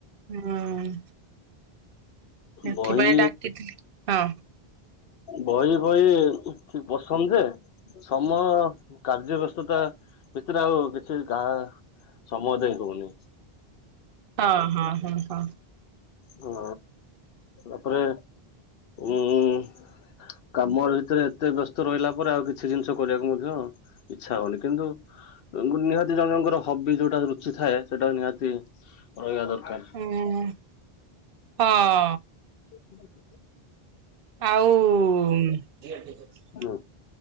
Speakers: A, on the right; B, on the left.
A: ହୁଁ। ସେଥିପାଇଁ
B: ବହି
A: ଡାକିଥିଲି ହଁ
B: ବହି ଫଇ ପସନ୍ଦ ଯେ ସମୟ କାର୍ଯ୍ୟ ବ୍ୟସ୍ତତା ଭିତରେ ଆଉ କିଛି ଗା ସମୟ ଦେଇ ହଉନି।
A: ହଁ ହଁ ହଁ ହଁ।
B: ହଉ ତାପରେ ଉଁ। କାମ ଭିତରେ ଏତେ ବ୍ୟସ୍ତ ରହିଲା ପରେ ଆଉ କିଛି ଜିନିଷ କରିବାକୁ ମଧ୍ୟ ଇଚ୍ଛା ହୋଉନି କିନ୍ତୁ ନିହାତି ଜଣ ଜଣଙ୍କର ହବି ଯୋଉଟା ରୁଚି ଥାଏ ସେଟା ନିହାତି ରହିବା ଦରକାର।
A: ହୁଁ ହଁ।
B: <inaudible>
A: ଆଉ।
B: ହୁଁ।